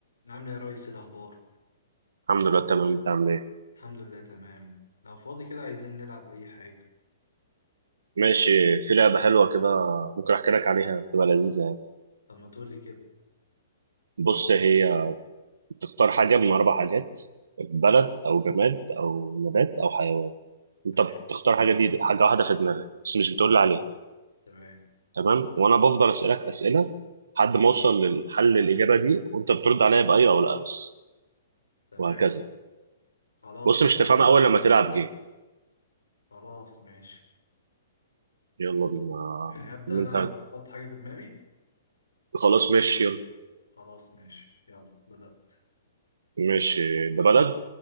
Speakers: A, on the left; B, on the right.
A: عامل ايه يا ريس إيه الاخبار
B: الحمد لله تمام انت عامل ايه
A: الحمد لله تمام لو فاضي كده عايزين نلعب اي حاجه
B: ماشي في لعبه حلوه كده ممكن احكي لك عليها تبقى لذيذه يعني
A: طب ما تقول لي كده
B: بص هي بتختار حاجه من اربع حاجات بلد او جماد او نبات او حيوان انت
A: تمام
B: بتختار حاجه دي حاجه واحده في دماغك بس مش بتقول لي عليها
A: تمام
B: تمام وانا بفضل اسالك اسئله لحد ما اوصل للحل الاجابه دي وانت بترد عليا باي او لا بس
A: تمام
B: وهكذا
A: خلاص
B: بص مش
A: ماشي
B: تفهمها اول لما تلعب جيم
A: خلاص ماشي
B: يلا بينا
A: يعني ابدا
B: انت
A: انا احط حاجه في دماغي
B: خلاص ماشي يلا
A: خلاص ماشي يلا بدات
B: ماشي ده بلد